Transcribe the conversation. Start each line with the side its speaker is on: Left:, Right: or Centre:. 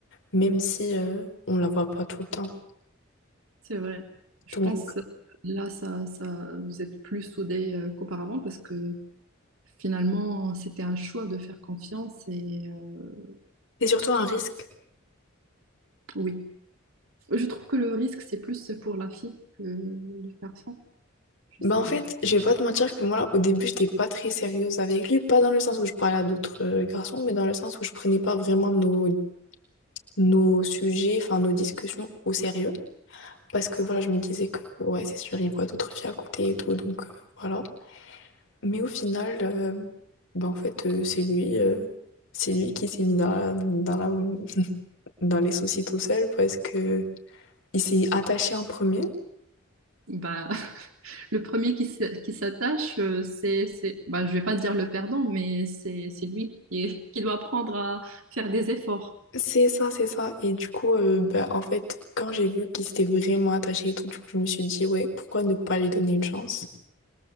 Left: même si euh, on la voit pas tout le temps.
Right: C'est vrai. Je
Left: Donc,
Right: pense euh, là, ça, ça, vous êtes plus soudés euh, qu'auparavant parce que finalement, c'était un choix de faire confiance. Et euh,
Left: c'est surtout un risque.
Right: oui, je trouve que le risque, c'est plus pour la fille que le garçon. Je
Left: Bah
Right: sais
Left: en
Right: pas.
Left: fait, je vais pas te mentir que moi, au début, j'étais pas très sérieuse avec lui, pas dans le sens où je parlais à d'autres euh, garçons, mais dans le sens où je prenais pas vraiment nos, nos sujets, enfin nos discussions au sérieux. Parce que voilà, je me disais que ouais, c'est sûr, il voit d'autres filles à côté et tout, donc euh, voilà. Mais au final, euh, bah en fait, euh, c'est lui, euh, c'est lui qui s'est mis dans la, dans la, <laughs> dans les soucis tout seul parce que il s'est attaché en premier.
Right: Bah. Le premier qui s- qui s'attache, euh, c'est, c'est, bah, je vais pas dire le perdant, mais c'est, c'est lui qui, <laughs> qui doit apprendre à faire des efforts.
Left: C'est ça, c'est ça. Et du coup, euh, bah, en fait, quand j'ai vu qu'il s'était vraiment attaché et tout, du coup, je me suis dit, ouais, pourquoi ne pas lui donner une chance?